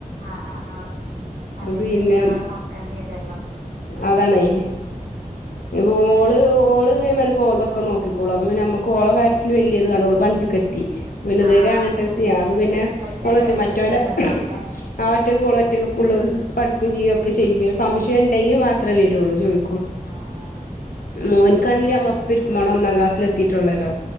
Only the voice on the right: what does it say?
ആ ആ ആ അല്ലെങ്കിൽ
നിങ്ങൾ നോക്കേണ്ടി വരൂല്ലോ
ആഹ്
ഒറ്റക്കെല്ലാം
ചെയ്യലുണ്ടാവൂലേ
ആഹ് ആഹ്